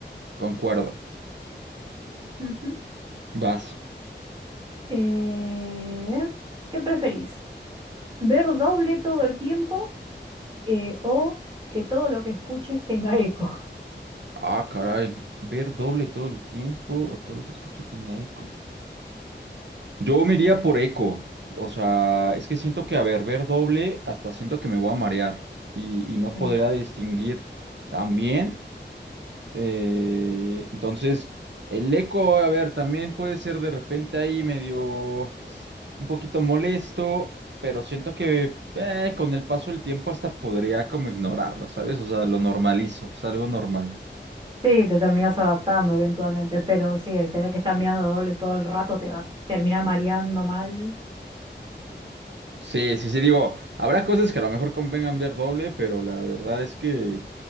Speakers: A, on the right (about 70°); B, on the right (about 30°).
A: concuerdo.
B: <laughs> Ujú.
A: Vas.
B: Eh, ¿qué preferís? ¿Ver doble todo el tiempo? eh, o que todo lo que escuches tenga eco. <laughs>
A: Ah, caray, ver doble todo el tiempo o todo lo que escuche tenga eco. Yo me iría por eco, o sea, es que siento que, a ver, ver doble, hasta siento que me voy a marear y, y no
B: Sí.
A: podría distinguir también Eh, entonces, el eco, a ver, también puede ser de repente ahí medio un poquito molesto, pero siento que eh, con el paso del tiempo hasta podría como ignorarlo, ¿sabes? O sea, lo normalizo, es algo normal.
B: Sí, te terminas adaptando eventualmente, pero sí, el tener que estar mirando doble todo el rato te va a terminar mareando mal.
A: Sí, sí, sí, digo, habrá cosas que a lo mejor convengan ver doble, pero la verdad es que